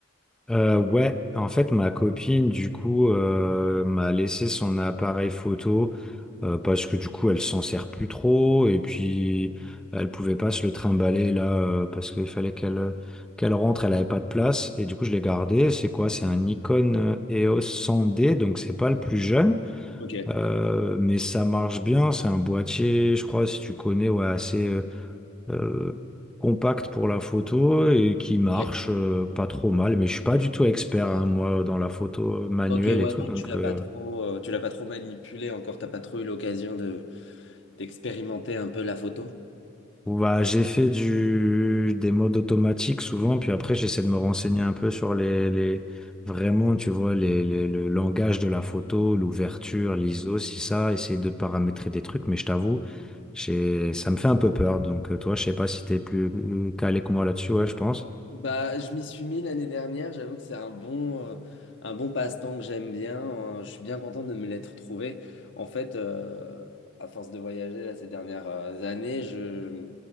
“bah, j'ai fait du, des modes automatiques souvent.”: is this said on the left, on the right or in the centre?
Centre